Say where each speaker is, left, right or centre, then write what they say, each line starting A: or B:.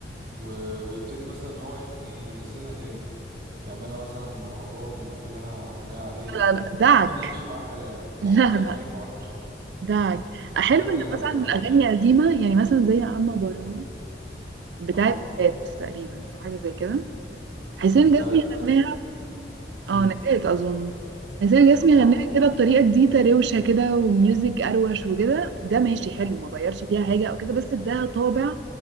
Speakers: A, on the right; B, on the right.
A: و... ويبتدي مثلا ان هو ينزلها تاني يعملها مثلا مهرجان يعملها اغنيه عاديه
B: لا لا لا، دعك
A: ممكن يحشي معاه كلام
B: <laughs> لا
A: اه ده انا شايفه عك بصراحه
B: ده
A: من
B: حلو
A: الحاجات
B: ان
A: اللي ما
B: مثلا
A: بحبهاش
B: الاغاني
A: بصراحه
B: قديمه يعني مثلا زي اما براوه بتاعه
A: اه
B: نجاة تقريبا او حاجه زي كده حسين
A: بتاعت
B: جسمي غناها اه
A: امم
B: نجاة اظن حسين جسمي
A: اه
B: غناها كده بطريقه جديده روشه كده وميوزك اروش وكده ده ماشي حلو ما غيرش فيها حاجه او كده بس اداها طابع